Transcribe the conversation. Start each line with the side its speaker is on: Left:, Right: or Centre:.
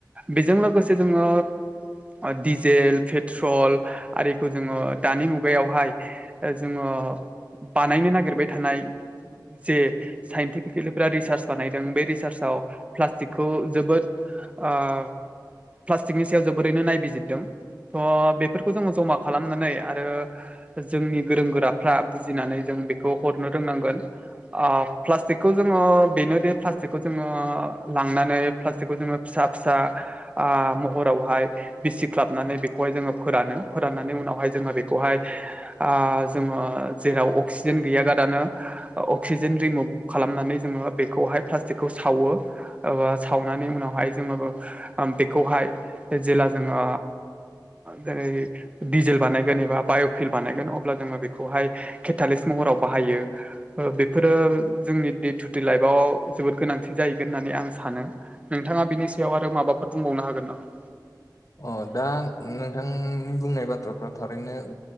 Right: बेजों लोगोसे जोङो <inaudible> दिडिजेल पेट्रल आरिखौ जोङो दानि मुगायावहाय जोङो। बानायनो नागिरबाय थानाय जे साइन्टिफिकेलिफ रिसार्च बानायदों बे रिसार्चआव प्लास्टिकखौ जोबोद ओ प्लास्टिकनि सायाव जोबोरैनो नायबिजिरदों थ' बेफोरखौ जोङो जमा खालामनानै आरो जोंनि गोरों गोराफ्रा बुजिनानै जों बेखौ हरनो रोंनांगोन ओ प्लास्टिकखौ जोङो बेनोदि प्लास्टिकखौ जोङो लांनानै प्लास्टिकखौ जोङो फिसा फिसा ओ म हरावहाय बिसिख्लाबनानै बेखौहाय जोङो फोरानो फोराननानै उनावहाय जोङो बेखौहाय आ जोङो जेराव अक्सिजेन गैयागारानो अक्सिजेन रिमुभ खालामनानै जोङो बेखौहाय प्लास्टिकखौ सावो बा सावनानै उनावहाय जोङो बेखौहाय जेला जोङो जेरै डिजेल बानायगोन एबा बाय'फिल बानायगोन अब्ला जोङो बेखौहाय केटालिस महराव बाहायो बेफोरो जोंनि दे टु दे लाइफआव जोबोद गोनांथि जाहैगोन होननानै आं सानो नोंथाङा बिनि सायाव आरो माबा फोर बुंबावनो हागोन नामा
Left: अ दा नोंथांनि बुंनाय बाथ्राफ्रा थारैनो